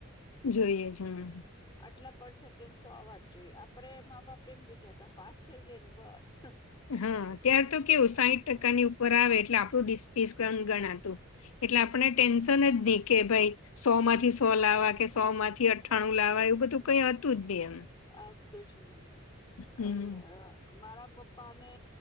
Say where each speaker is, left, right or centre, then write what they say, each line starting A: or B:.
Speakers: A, on the left; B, on the left.
A: જોયે જ હા.
B: આટલા પર્સન્ટેજ તો આવવાજ જોઈએ, આપડે મા-બાપ એમ વિચારતા પાસ થઈ ગયા ને બસ.
A: હા, ત્યાર તો કેવું સાહીઠ ટકાની ઉપર આવે, એટલે આપણું ડિસ્કાઉન્ટ ગણાતું. એટલે આપણે ટેન્શનજનની કે ભાઈ. સો માંથી સો લાવવા કે, સો માંથી અઠ્ઠાણું લાવવા, એવું બધું કઈ હતું જ નહી એમ.
B: આ તું સમય
A: હમ્મ.
B: અને મારા પપ્પા ને.